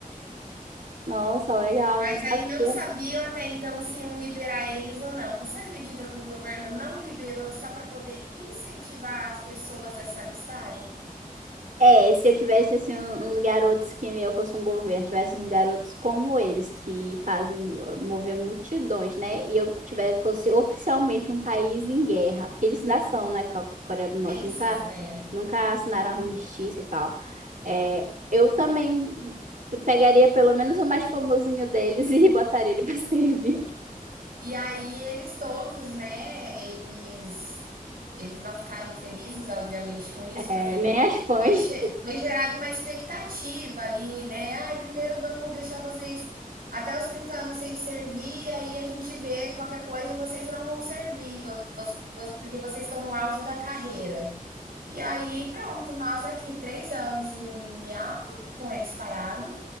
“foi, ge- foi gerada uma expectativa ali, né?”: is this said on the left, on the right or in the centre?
Right